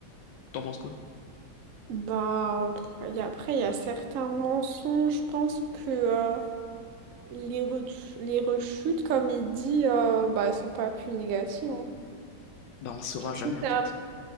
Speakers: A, on the left; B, on the right.
A: T'en penses quoi?
B: Ben, pff, et après, il y a certains mensonges, je pense que euh, les, re- les rechutes, comme il dit, euh, bah, elles sont pas plus négatives. hein.
A: Bah on ne saura
B: Genre,
A: jamais
B: Si t'es
A: en
B: un
A: fait.